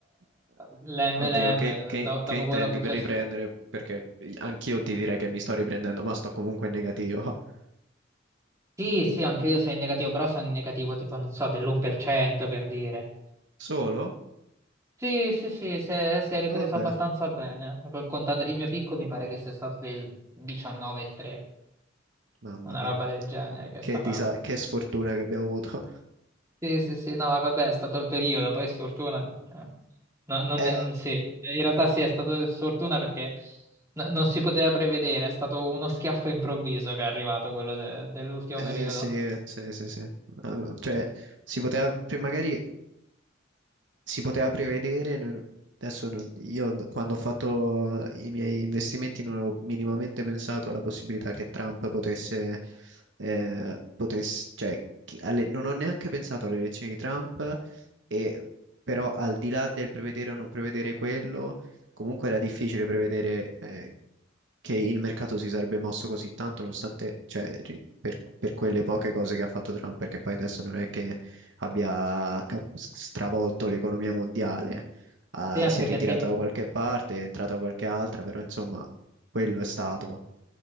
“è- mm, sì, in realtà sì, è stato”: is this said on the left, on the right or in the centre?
Right